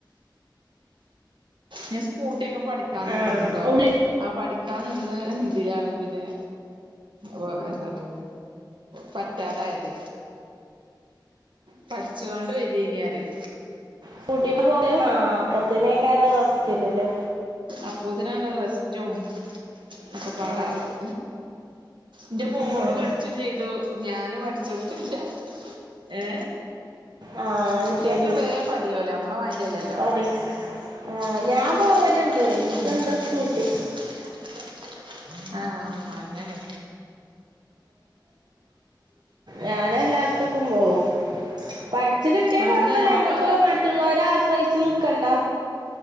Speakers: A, on the right; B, on the right.
A: ഞാൻ സ്കൂട്ടിക്കെ പഠിക്കാൻ
B: ആ
A: നിന്നീന്നുട്ടോ
B: ഉള്ളി
A: ആ പഠിക്കാ ന്ന്ന് തിലാണ് പിന്നെ വൊ എത്താണ് പറ്റാതായത് പഠിച്ചോണ്ട് വേരേയ്നറയ്
B: സ്കൂട്ടിമ്മെ പോവേ ആ അപ്പത്തിനയ് ക്കാരം റെസ്റ്റില് ലേ
A: അപ്പോത്തിനാണ് റെസ്റ്റും ഒക്കെ പാടായത്
B: ആ
A: ന്റെ മോള്
B: ഉം.
A: പഠിച്ചും ചെയ്തു ഞാന് പഠിച്ച്ട്ടും ല്ല്യ ഏ
B: ആ അത്
A: കുട്ട്യാക്ക്ങ്ണ്ട്
B: ശരി
A: വേഗം പഠിയോല ഞമ്മളേ മാരി അല്ലല്ലോ
B: പണി. ആ
A: <unintelligible>
B: ഞാൻ പോവലുണ്ട് എനിക്കുണ്ട് സ്കൂട്ടി
A: ആ അങ്ങനെ
B: ഞാന ല്ലാട്ത്ത്ക്കും പോവും പഠിച്ച് കിട്ടിയാ
A: അതന്നെ
B: കൊഴപ്പല്ലാ
A: ഞാൻ
B: ഞമ്മക്ക്
A: പറയാ
B: മ റ്റുള്ളവരെ ആശ്രയിച്ച് നിക്കണ്ടാ